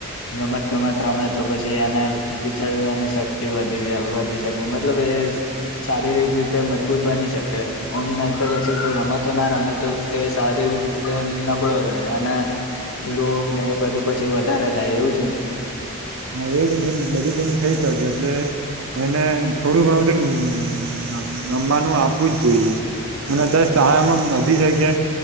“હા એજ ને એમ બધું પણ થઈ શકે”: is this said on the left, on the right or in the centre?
Right